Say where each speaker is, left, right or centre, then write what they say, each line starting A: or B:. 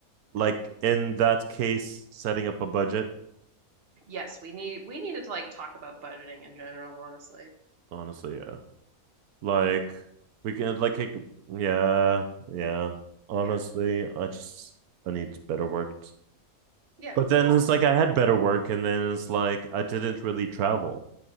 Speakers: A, on the right (about 85°); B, on the right (about 45°).
A: like in that case, setting up a budget.
B: Yes, we need we needed to like talk about budgeting in general, honestly.
A: Honestly, yeah. Like we can like it, yeah, yeah. Honestly,
B: Yeah.
A: I just I need better work.
B: Yeah.
A: But then
B: Well,
A: it's like I had better work and then it's like I didn't really travel.